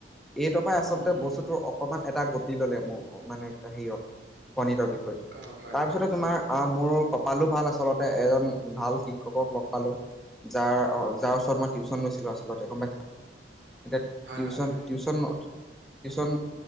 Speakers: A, in the centre; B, on the right.
A: এইটো পাই আচলতে
B: উম, উম,
A: বস্তুতটো অকমান এটা গতি ললে মোৰ মানে হেৰিয়ত গণিতৰ বিষয়টো
B: অ', হয়
A: তাৰপিছতে
B: হয়,
A: তোমাৰ
B: উম, উম,
A: আহ মোৰ কপালো ভাল আচলতে এজন ভাল শিক্ষ ক্ষকক লগ পালো যাৰ অ যাৰ ওচৰত মই টিউচন লৈছিলো আচলতে গম পাই এতিয়া
B: হয়
A: টিউচন
B: হয় হয়,
A: টিউচন টিউচন